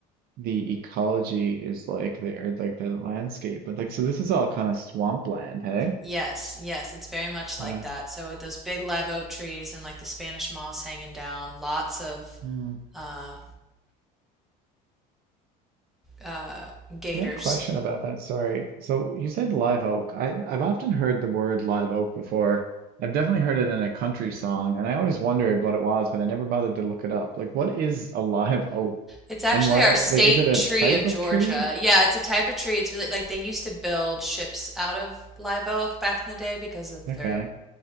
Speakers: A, on the right (about 55°); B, in the centre.
A: the ecology is like there, like the landscape. But like, so this is all kind of swampland, hey?
B: Yes, yes, it's very much like
A: Yeah.
B: that. So with those big live oak trees and like the Spanish moss hanging down, lots of
A: Hmm.
B: uh, uh, gators.
A: I got a question about that. Sorry. So you said live oak. I I've often heard the word live oak before. I've definitely heard it in a country song, and I always wondered what it was, but I never bothered to look it up. Like, what is a <laughs> live oak?
B: It's actually
A: And why,
B: our state
A: like, is it a
B: tree
A: type
B: of Georgia.
A: of tree?
B: Yeah, it's a type of tree. It's really like they used to build ships out of live oak back in the day because of
A: Okay,
B: their